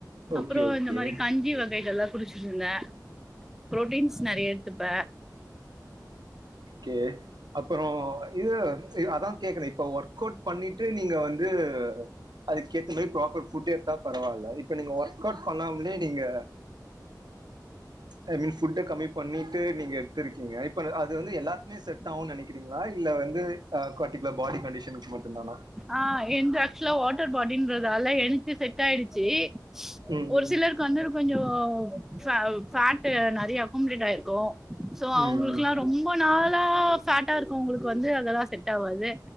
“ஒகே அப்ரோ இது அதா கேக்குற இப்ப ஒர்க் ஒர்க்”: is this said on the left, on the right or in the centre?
Right